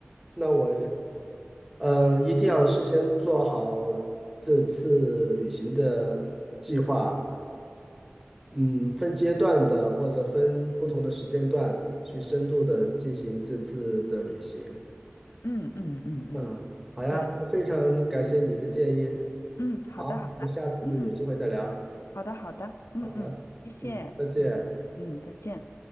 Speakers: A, in the centre; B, on the left.
A: 那我嗯，一定要事先做好这次旅行的计划。嗯，分阶段的或者分不同的时间段去深度的进行这次的旅行。
B: 嗯嗯嗯嗯，
A: 嗯，好呀，
B: 对，
A: 那非常感谢你的建议。
B: 嗯，好的好的，
A: 好，我们下次有机会再聊。
B: 嗯，好的好的，嗯嗯，
A: 好的，
B: 谢谢，
A: 嗯，再见。
B: 嗯嗯，再见。